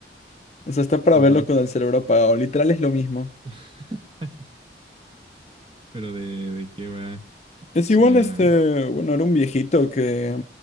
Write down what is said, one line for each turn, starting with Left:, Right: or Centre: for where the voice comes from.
Left: O sea, está para
Right: Ajá.
Left: verlo con el cerebro apagado. Literal es lo mismo.
Right: <laughs> Pero de, de qué va, o
Left: Es
Right: sea,
Left: igual este, bueno, era un viejito que